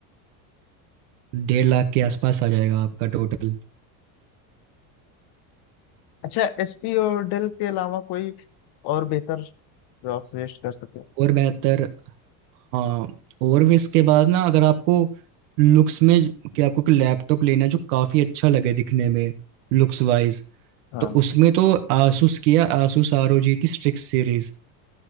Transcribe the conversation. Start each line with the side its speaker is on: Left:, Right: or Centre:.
Right: डेढ़ लाख के आसपास आ जाएगा आपका टोटल
Left: अच्छा एचपी और डेल के अलावा कोई और बेहतर जो आप सजेस्ट कर सके
Right: और बेहतर हाँ और भी इसके बाद ना अगर आपको लुक्स में कि आपको कोई लैपटॉप लेना है जो काफ़ी अच्छा लगे दिखने में लुक्स वाइज
Left: हाँ
Right: तो उसमें तो आसूस किया आसूस आर ओ जी की स्ट्रिक्स सीरीज